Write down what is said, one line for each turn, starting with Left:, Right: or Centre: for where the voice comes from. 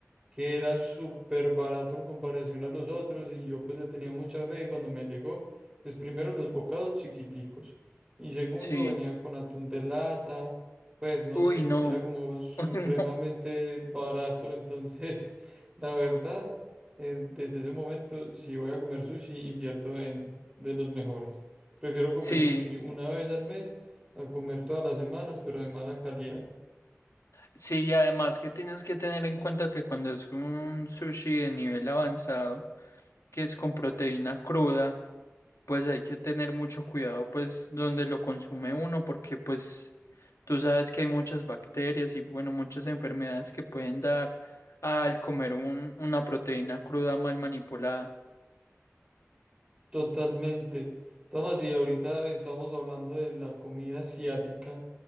Right: que era súper barato en comparación a los otros y yo pues le tenía mucha fe y cuando me llegó, pues primero los bocados chiquiticos y segundo
Left: Sí.
Right: venía con atún de lata, pues no
Left: Uy,
Right: sé,
Left: no.
Right: era como
Left: <laughs>
Right: supremamente
Left: Uy, no.
Right: barato, entonces <laughs> la verdad, eh, desde ese momento si voy a comer sushi invierto en de los mejores. Prefiero comer
Left: Sí,
Right: sushi una vez al mes a comer todas las semanas, pero de mala calidad.
Left: sí, y además que tienes que tener en cuenta que cuando es un sushi de nivel avanzado, que es con proteína cruda, pues hay que tener mucho cuidado, pues, donde lo consume uno, porque pues tú sabes que hay muchas bacterias y bueno, muchas enfermedades que pueden dar al comer un- una proteína cruda mal manipulada.
Right: Totalmente. Tomás, y ahorita estamos hablando de la comida asiática.